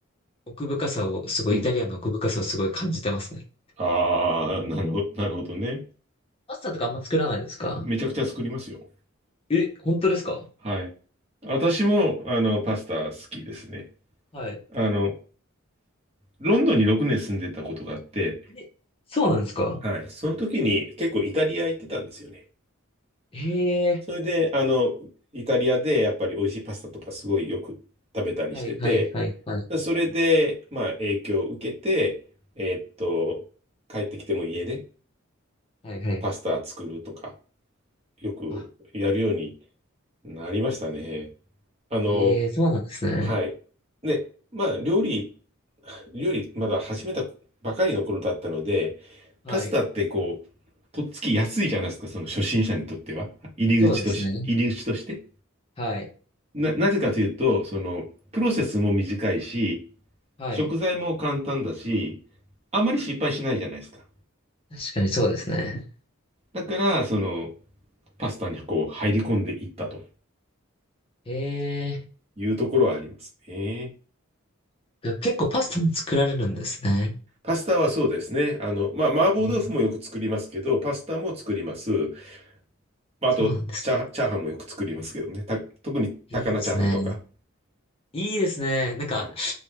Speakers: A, on the left (about 25°); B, on the right (about 30°).
A: 奥深さを、すごい、
B: うん。
A: イタリアンの奥深さをすごい感じてますね。
B: ああ、なるほど、なるほどね。
A: パスタとかあんま作らないですか
B: めちゃくちゃ作りますよ。
A: え、本当ですか
B: はい。私も、あの、パスタ好きですね。
A: はい。
B: あの、ロンドンに6年住んでたことがあって、
A: え、そうなんですか
B: はい。その時に結構イタリア行ってたんですよね。
A: へえ、
B: それで、あの、イタリアでやっぱり美味しいパスタとかすごいよく食べたりしてて、
A: はい、はい、はい、はい、
B: それで、まあ影響を受けて、えーっと、帰ってきても家で
A: はい、はい。
B: パスタ作るとか、よくやるように
A: あ、
B: なりましたね。あの、
A: へえ、そうなんですね。
B: はい。で、まあ、料理、料理、まだ始めたばかりの頃だったので、
A: はい。
B: パスタってこう、とっつきやすいじゃないですか、その初心者にとっては。入り口とし、
A: そうですね。
B: 入り口として。
A: はい、
B: な、なぜかというと、その、プロセスも短いし、
A: はい。
B: 食材も簡単だし、あまり失敗しないじゃないですか。
A: 確かにそうですね。
B: だから、その、パスタにこう、入り込んでいったと
A: へえ、
B: いうところはありますね。
A: 結構パスタも作られるんですね。
B: パスタはそうですね。あの、まあ、麻婆豆腐もよく作りますけど、
A: へー
B: パスタも作ります。まあ、
A: そうなんですね。
B: あと、チャー、チャーハンもよく作りますけどね。た、特に高菜チャーハンとか。
A: いいですね。いいですね。なんか、
B: はい。